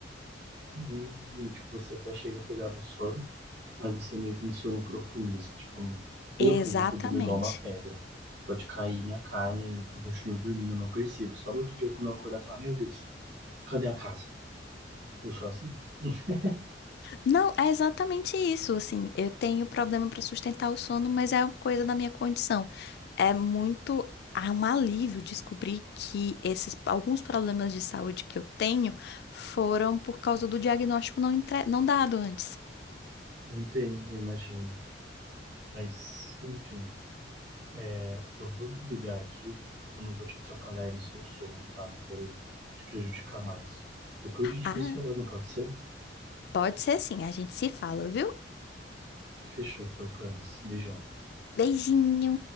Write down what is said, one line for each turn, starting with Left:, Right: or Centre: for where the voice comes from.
Right: Hum, tipo, você até chega a pegar no sono, mas você não entra sono profundo. Você, tipo, não- eu,
Left: Exatamente.
Right: por exemplo, durmo igual uma pedra. Pode cair minha casa e eu continuo dormindo, eu não percebo. Só no outro dia, quando eu acordar, falar, meu Deus, cadê a casa? Eu sou assim. <laughs>
Left: Não, é exatamente isso, assim, eu tenho problema para sustentar o sono, mas é uma coisa da minha condição. É muito, é um alívio descobrir que esses alguns problemas de saúde que eu tenho foram por causa do diagnóstico não, entre- não dado antes.
Right: Entendo, eu imagino. Mas, enfim, é, eu vou desligar aqui, porque eu não vou te atrapalhar aí no seu sono, tá? Não quero te prejudicar mais. Depois a gente
Left: Ah,
Right: vai se falando, pode ser?
Left: pode ser sim, a gente se fala, viu?
Right: Fechou então, Camis. Beijão.
Left: Beijinho.